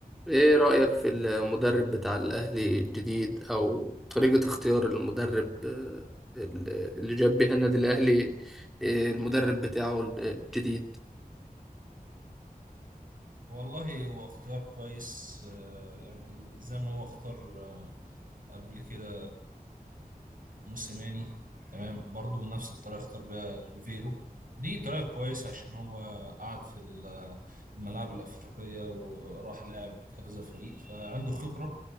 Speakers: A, in the centre; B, on the right.
A: ايه رأيك في المدرب بتاع الأهلي الجديد او طريقة اختيار المدرب آه، اللي جاب بيها النادي الأهلي آه، المدرب بتاعه الجديد
B: والله هو اختيار كويس آه، يعني زي ما هو اختار آه، قبل كده موسيماني تمام برضو نفس الطريقة اختار بيها ريفيرو دي طريقة كويسة عشان هو قعد في ال- الملاعب الأفريقية وراح لعب كذا فريق فعنده خبرة